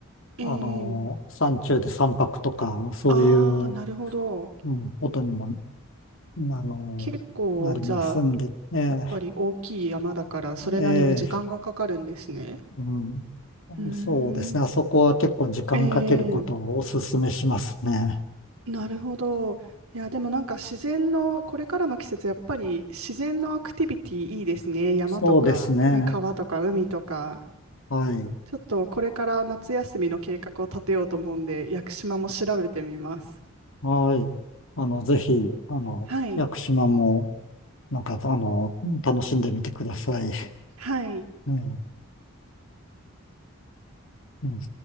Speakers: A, on the right; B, on the left.
A: ええ、
B: あの、山中で三泊とか、そういう、
A: ああ、なるほど。
B: うん、ことにもあの、
A: 結構、
B: なりますんで、
A: じゃあ、
B: ね
A: やっぱり大きい山だから、それなりに時間がかかるんですね。
B: え、ええ、うん。
A: うーん、
B: そうですね。あそこは結構時間かけることをお勧めしますね。
A: ええなるほど。いや、でもなんか自然の、これからの季節、やっぱり自然のアクティビティいいですね。山とか、
B: そうですね。
A: ね、川とか海とか。
B: はい。
A: ちょっとこれから夏休みの計画を立てようと思うんで、屋久島も調べてみます。
B: はい。あの、ぜひ、あの、
A: はい。
B: 屋久島も、なんか、あの、楽しんでみてください。
A: はい。
B: うん。うん